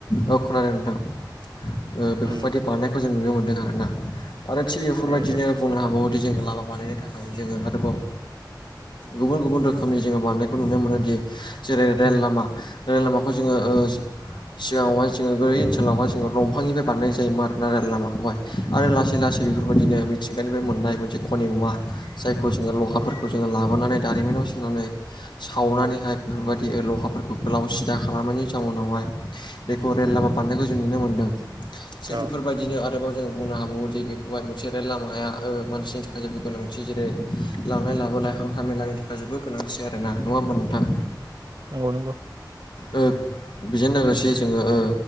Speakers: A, on the left (about 85°); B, on the right (about 65°).
A: औ खोनादों नोंथां ओ बेफोरबायदि
B: उम
A: बानाय नायखौ जों नुनो मोनदों आरोना आरो थिग बेफोरबायदि
B: नुयो नुयो
A: ओ बुंनो हाबावोदि जोङो लामा बानायनो थाखाय जोङो आरोबाव गुबुन गुबुन रोखोमनि जोङो बांनायखौ नुनो मोनोदि जेरै रेल
B: उम
A: लामा रेल लामाखौ जोङो ओ सिगाङावहाय जोङो <unintelligible> ओनसोलावहा जोङो दंफांनिफ्राय बानायनाय जायोमोन आरोना राय लामाखौहाय आरो लासै लासै बेफोरबायदिनो मिथिंगानिफ्राय मोननाय मोनसे खनि मुवा जायखौ जोङो लहाफोरखौ जोङो लाबोनानै दारिमिनाव सोनानै सावनानैहाय बेफोरबायदि लहाफोरखौ गोलाव सिदा खालामनायनि जाउनावहाय बेखौ रेल लामा बानायनायखौ जों नुनो मोनदों। थिग
B: औ
A: बेफोरबायदिनो आरोबाव जोङो बुंनो हाबावोदि बेखौहाय मोनसे लामाया ओ मानसिनि थाखाय जेबो गोनांथि जेरै लांलाय लाबोलाय हान्था मेलानि थाखाय जोबोद गोनांथि आरोना नङा ओमबा नोंथां?
B: नंगौ नंगौ
A: ओ बेजों लोगोसे जोङो ओ